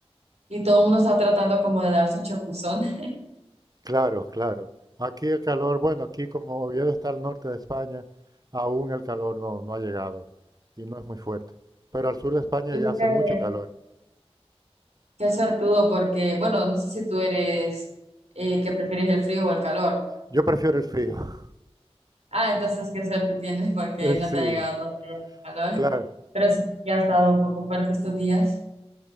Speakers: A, on the right; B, on the right.
A: Y todo el mundo está tratando como de darse un chapuzón. <laughs>
B: claro, claro. Aquí el calor, bueno, aquí como Oviedo está al norte de España, aún el calor no, no ha llegado y no es muy fuerte. Pero al sur de España
A: Pero
B: ya hace
A: qué,
B: mucho calor.
A: qué suertudo porque, bueno, no sé si tú eres eh, que prefieres el frío o el calor.
B: Yo prefiero el frío. <laughs>
A: Ah, entonces qué suerte tienes porque
B: Eh, Sí,
A: no te ha llegado todavía el calor.
B: claro.
A: Pero sí, ya ha estado un poco fuerte estos días.